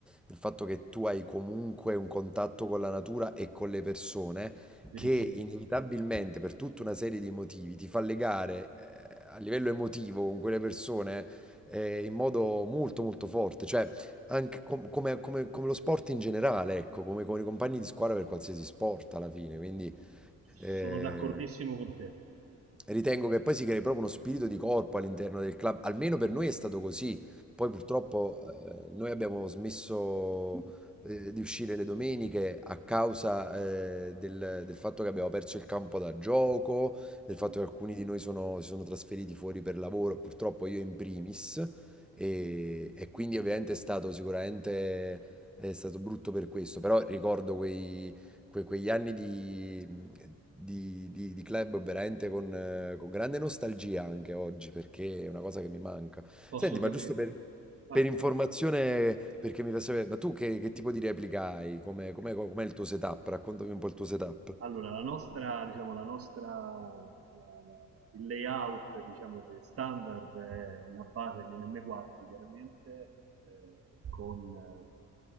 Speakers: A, in the centre; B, on the right.
A: del fatto che tu hai comunque un contatto con la natura e con le persone
B: verissimo.
A: che inevitabilmente per tutta una serie di motivi ti fa legare eh, a livello emotivo con quelle persone eh, in modo molto molto forte, cioè anche com- come, come- come lo sport in generale, ecco, come con i compagni di squadra per qualsiasi sport alla fine, quindi...
B: Sono
A: Eh,
B: d'accordissimo con te.
A: Ritengo che poi si crei proprio uno spirito di corpo all'interno del club, almeno per noi è stato così. Poi purtroppo eh, noi abbiamo smesso eh, di uscire le domeniche a causa eh, del, del fatto che abbiamo perso il campo da gioco, del fatto
B: Mm,
A: che alcuni di noi sono- si sono trasferiti fuori per lavoro, purtroppo io in primis, e,
B: mm, mm,
A: e quindi
B: mm.
A: ovviamente è stato sicuramente è stato brutto per questo, però ricordo quei que- quegli anni di, di- di- di club veramente con, eh, con grande nostalgia anche oggi, perché è una cosa che mi manca.
B: Posso
A: Senti,
B: capirlo.
A: ma giusto per,
B: Vai.
A: per informazione, perché mi fa sapere, ma tu che, che tipo di replica hai? Com'è, com'è- com'è il tuo setup? Raccontami un po' il tuo setup.
B: Allora, la nostra, diciamo, la nostra, la- la- il layout, diciamo, de- standard è una base di un M4, chiaramente, eh, con eh,